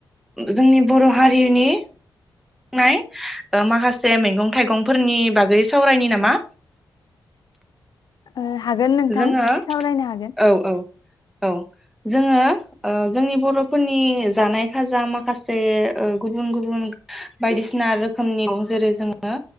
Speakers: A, in the centre; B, on the left.
A: जोंनि बर' हारिनि नाय माखासे मैगं थाइगंफोरनि बागै सावरायनि नामा?
B: ओ हागोन नोंथां
A: जोङो
B: सावरायनो हागोन।
A: औ औ औ जोङो ओ जोंनि बर'फोरनि जानाय खाजा माखासे ओ गुबुन गुबुन बायदिसिना रोखोमनि दं जेरै जोङो